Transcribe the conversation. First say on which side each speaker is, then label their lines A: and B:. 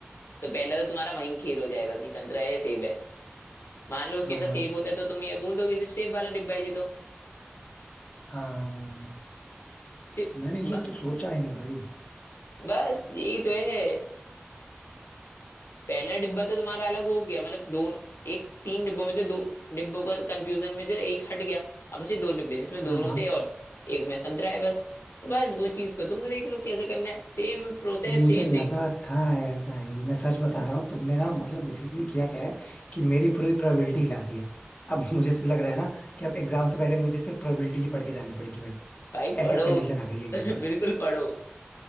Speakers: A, on the left; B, on the left.
A: तो पहला तो तुम्हारा वहीं खेल हो जाएगा कि संतरा है या सेब है मान लो उसके
B: हाँ
A: अंदर सेब होता है तो तुम ये बोल दोगे सिर्फ सेब वाला डिब्बा है ये तो
B: हाँ
A: सिर्फ
B: मैंने ये
A: ब-
B: तो सोचा ही नहीं भाई
A: बस यही तो है पहला डिब्बा तो तुम्हारा अलग हो गया मतलब दोनों एक तीन डिब्बों में से दो डिब्बों का कंफ्यूजन में से एक हट गया अब बचे दो डिब्बे जिसमें दोनों
B: हाँ हाँ
A: थे और एक में संतरा है बस तो बस वो चीज को तुम देख लो कैसे करना है सेम प्रोसेस
B: मुझे
A: सेम
B: लगा
A: थिंग
B: था ऐसा ही मैं सच बता रहा हूँ तुमने ना मतलब बेसिकली किया क्या है कि मेरी पूरी प्रोबेबिलिटी हिला दी है अब मुझे से लग रहा है ना कि अब एग्जाम से पहले मुझे सिर्फ प्रोबेबिलिटी ही पढ़ के जानी पड़ेगी भाई
A: भाई पढ़ो
B: ऐसी कंडीशन आ गई है एकदम से
A: <laughs> बिल्कुल पढ़ो